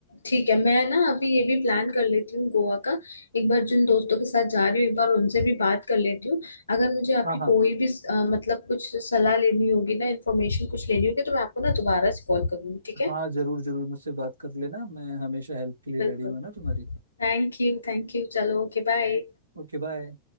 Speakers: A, on the left; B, on the right.
A: ठीक है मैं ना अभी ये भी प्लान कर लेती हूँ गोवा का एक बार जिन दोस्तों के साथ जा रही हूँ एक बार उनसे भी बात कर लेती हूँ अगर मुझे आपकी
B: हाँ हाँ
A: कोई भी अ, मतलब कुछ सलाह लेनी होगी ना इन्फॉर्मेशन कुछ लेनी होगी तो मैं आपको ना दोबारा से कॉल करूँगी ठीक है
B: हाँ जरूर जरूर मुझसे बात कर लेना मैं हमेशा हेल्प के लिए
A: बिल्कुल
B: रेडी हूँ है ना तुम्हारी
A: Thank you thank you चलो ओके बाय
B: Okay bye